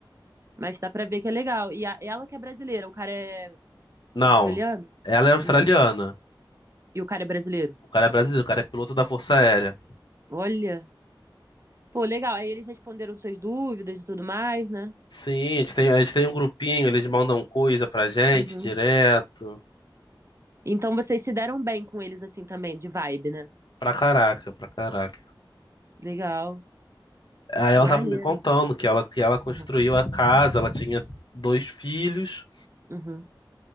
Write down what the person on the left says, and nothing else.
Não.
Ela é australiana.
O cara é brasileiro, o cara é piloto da Força Aérea.
Sim, a gente tem, a gente tem um grupinho, eles mandam coisa pra gente
direto.
Pra caraca, pra caraca.
Aí ela
tava me contando que ela, que ela construiu
a casa, ela tinha dois filhos.